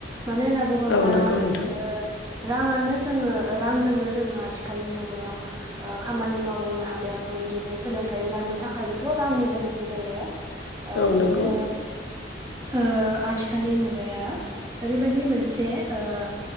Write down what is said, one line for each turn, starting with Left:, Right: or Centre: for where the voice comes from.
Right: मानो होनना बुङोब्ला
Left: औ नंगौ नोंथां
Right: ओ राङानो जोङो रांजोंनो जोङो आथिखालनि मुगायाव ओ खामानि मावबोनो हादों बि‌ दिनो सोलोंथाइ लानो थाखायबोथ' रांनि गोनांथि जायो। ओ
Left: औ
Right: बिदिनो
Left: नंगौ
Right: ओ आथिखालनि मुगाया ओरैबायदि मोनसे ओ